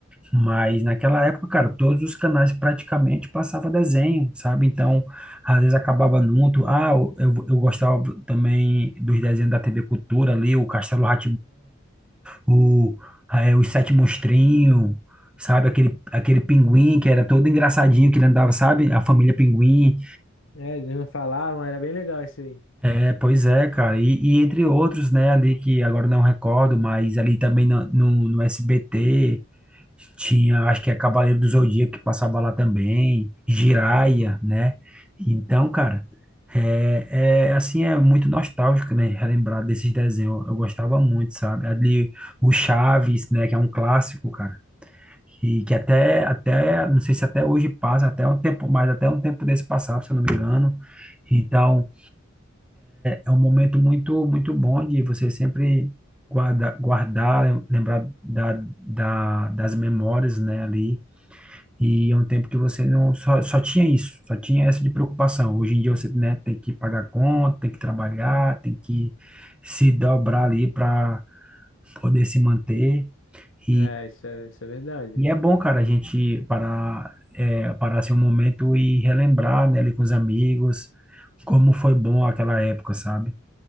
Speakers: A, in the centre; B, on the left (about 70°).
A: Mas naquela época, cara, todos os canais praticamente passava desenho, sabe? Então, às vezes acabava junto. Ah, eu, eu eu gostava também dos desenhos da TV Cultura ali, o Castelo rá o, eh, Os Sete Monstrinhos, sabe? Aquele, aquele pinguim que era todo engraçadinho, que ele andava, sabe? A família Pinguim.
B: É, eles não falavam, era bem legal isso aí.
A: É, pois é, cara. E, e entre outros, né, ali que agora não recordo, mas ali também no, no, no SBT tinha, acho que é Cavaleiro do Zodíaco que passava lá também, Jiraya, né? Então, cara, é, é assim, é muito nostálgico, né, relembrar desses desenhos. Eu gostava muito, sabe? Ali o Chaves, né, que é um clássico, cara. E que até, até, não sei se até hoje passa, até um tempo, mas até um tempo desse passado, se eu não me engano. Então, é um momento muito muito bom de você sempre guarda, guardar, lembrar da, da, das memórias, né, ali. E é um tempo que você não só, só tinha isso, só tinha essa de preocupação. Hoje em dia você, né, tem que pagar conta, tem que trabalhar, tem que se dobrar ali para poder se manter. E,
B: É, isso é, isso é verdade.
A: e é bom, cara, a gente parar, é, parar assim um momento e relembrar, né, ali com os amigos, como foi bom aquela época, sabe?